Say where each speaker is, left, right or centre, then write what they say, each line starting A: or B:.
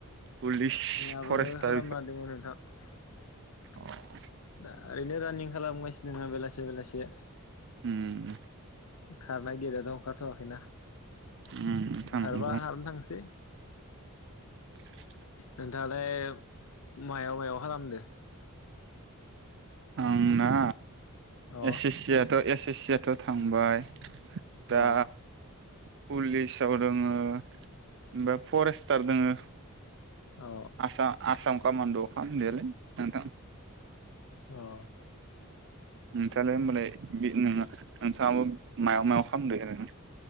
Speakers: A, on the right; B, on the left.
A: पुलिस
B: <unintelligible>
A: फरेस्टार
B: <unintelligible> <unintelligible>
A: अ
B: दा ओरैनो रानिंग खालामगासिनो बेलासे बेलासे
A: उम
B: खारनाय देेदाथ' ओंखारथ'वाखैना
A: उम नोंथां
B: ओंखारबा
A: नंगौ
B: खारनो थांसै
A: <inaudible>
B: नोंथाङालाय मायाव मायाव खालामदो
A: आं ना
B: अ
A: ए सि सि याथ' एस सि याथ' थांबाय दा
B: अ
A: पुलिसाव दंङो ओमफ्राय फरेस्टार दंङो
B: अ
A: आसा आसाम कामानद' खामदोलै नोंथां
B: अ
A: नोंथाङालाय होमबालाय बे नोङो नोंथाङाबो मायाव मायाव खालामदो नोंथां